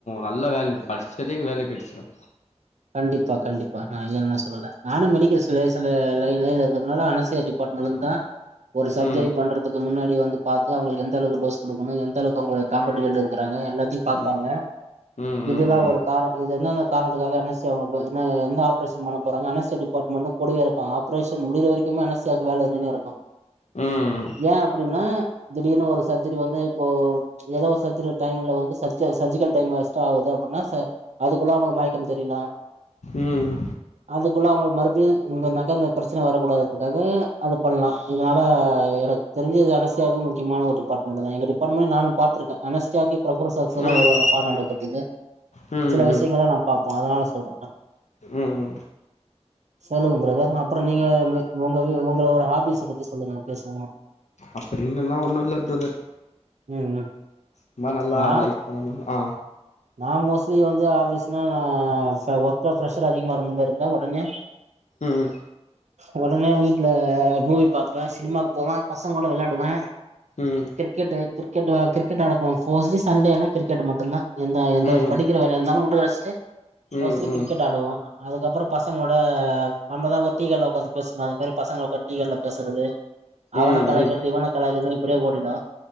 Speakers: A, on the left; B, on the right.
A: நல்ல வேல்யூ படிச்சதே வேல கிடச்சிடு
B: கண்டிப்பா கண்டிப்பா நா இல்லைனு சொல்லல நானு மெடிக்கஸ் <unintelligible> லைன்லா இருக்கனால அனஷ்ஷியா பட் விழுந்தா
A: ம்
B: ஒரு சர்ஜரி
A: ம்
B: பண்றதுக்கு முன்னாடி வந்து பாத்து அவுங்களுக்கு எந்தளவுக்கு டோஸ் குடுக்கணு எந்த அளவுக்கு அவுங்க <unintelligible> கிறாங்க எல்லாத்தியு பாப்பாங்க
A: ம் ம்
B: இதுல்லா
A: ம் ம்
B: ஒரு காரண இது என்ன என்ன காரணத்துக்காக அவுங்க என்ன என்ன ஆப்ரேஷன் பண்ண போறாங்க அனஷ்ஷியா டிபார்ட்மெண்ட்டு கூடவே இருப்பாங்க ஆப்ரேஷன் முடியிற வரைக் என் மனசு அது வேல இருந்துன்னே இருக்கு
A: ம்
B: ஏன் அப்டின்னா திடீர்னு ஒரு சர்ஜரி வந்து இப்போ ஏதோ ஒரு சர்ஜெரி டைம்ல வந்து சர்ஜெஸ் சர்ஜிக்கல் டைம் எக்ஸ்ட்ரா ஆகுது அப்டின்னா அதுக்குள்ள அவுங்களுக்கு மயக்கம் தெரிலா
A: ம்
B: அதுக்குள்ள அவுங்களுக்கு மறுபுடியு இவுங்ன்னாக்கா அந்த பிரச்சனை வரக்கூடாதுங்காக அத பண்லா இதனால எனக் தெரிஞ்சது அனுஷ்யாவு முக்கியமான ஒரு டிபார்ட்மெண்ட் தா எங்க டிபார்ட்மெண்ட் நானு பாத்திருக்க அனுஷ்ஸியாவுக்கு பிரபல்லா சாக்ஸ்சோட
A: ம்
B: வருவாங்க பாடோ நடத்துருதக்கு
A: ம்
B: சில விஷயங்கள நா பாப்பே அதனால சொல்றே
A: ம் ம்
B: சொல்லுங்க பிரதர் அப்ரோ நீங்க உங்க உங்களோட ஹாபிஸ் ஸ பத்தி சொல்லுங்க பேசுவோ
A: அப்படினுலா ஒண்ணு இல்ல பிரதர்
B: ம் ம்
A: இன்னோ நல்லா
B: நா
A: லைஃப் பண்ணணும் ஆ
B: நா மோஸ்லி வந்து ஆபீஸ்னா இப்ப ஒர்க்கா பிர்ரெஷர் அதிகமா மாரி இருந்தா ஒடனே
A: ம்
B: ஒடனே வீட்ல மூவி பாப்பே சினிமாவுக்கு போவ பசங்க கூட வெளையாடுவ
A: ம்
B: கிரிக்கெட்டு கிரிக்கெட்டு கிரிக்கெட்டு ஆட போவோ போஸ்ட்லி சண்டே ஆனா கிரிக்கெட்டு மட்டுந்தா எந்த எந்த
A: ம்
B: படிக்கிற
A: ம்
B: வேலையாந்தாலு முட்டுகடச்சிட்டு மோஸ்ட்லி
A: ம் ம்
B: கிரிக்கெட் ஆடுவோ அதுக்கப்ரோ பசங்களோட நம்மதா ஒரு டீகடல உக்காந்து பேசும் அது மாரி பசங்க உக்காந்து டீ கடயில பேசுறது அவன
A: ம்
B: கலாக்கிற்து இவன கலாக்கிற்து இப்படியே ஓடிடு ம